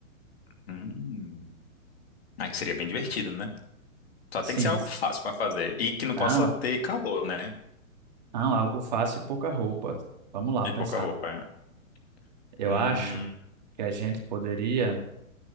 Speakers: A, on the left; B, on the right.
A: Hum, aí que seria bem divertido, né? Só
B: Sim.
A: tem que ser algo fácil pra fazer e que não
B: Não,
A: possa ter calor, né?
B: não, algo fácil e pouca roupa. Vamos lá,
A: E
B: pensar.
A: pouca roupa. É.
B: Eu
A: Hum,
B: acho que a gente poderia.